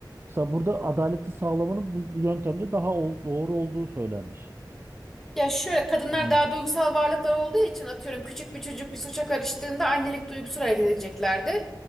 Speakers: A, on the right; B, in the centre.
A: Mesela burada adaleti sağlamanın bu, bu yöntemde daha ol- doğru olduğu söylenmiş.
B: Ya şöyle kadınlar
A: Bilmiyorum.
B: daha duygusal varlıklar olduğu için atıyorum küçük bir çocuk bir suça karıştığında annelik duygusuyla hareket edeceklerdir.